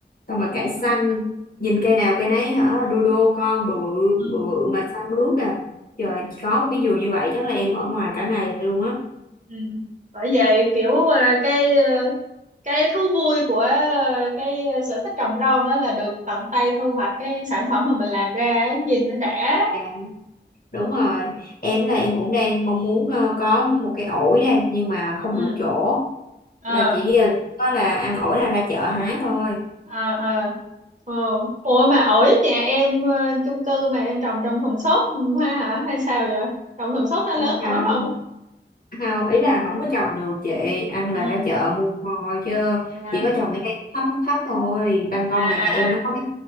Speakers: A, on the left; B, on the right.
A: xong rồi
B: ừ
A: cải xanh
B: ừ
A: nhìn cây nào cây nấy hả đô đô con bự bự
B: ừ
A: bự bự mà xanh mướt à. Trời có
B: ừ
A: một cái vườn như vậy chắc là em ở ngoài cả ngày luôn á.
B: ừ. bởi vậy kiểu ờ, cái ờ, cái thú vui của ờ, cái sở thích trồng rau đó là được tận tay thu hoạch cái sản phẩm mà mình làm ra ấy, nhìn nó đã
A: Dạ, Đúng rồi. Em là em cũng đang mong muốn ờ, có một cái ổi đây nhưng mà không
B: ừ
A: đủ chỗ.
B: ờ.
A: Là chỉ ờ, có là ăn ổi là ra chợ hái thôi.
B: ờ ờ ờ ủa mà ổi nhà em ờ, chung cư mà em trồng trong thùng xốp ha hả hay sao vậy trồng thùng xốp nó
A: Đúng
B: lớn
A: rồi.
B: nổi không
A: không ý là không có trồng được chị ăn là
B: ừ
A: ra chợ mua thôi chứ
B: à
A: chỉ có trồng mấy cây thấp thấp thấp thôi ban công
B: à à
A: nhà em nó
B: à
A: có mấy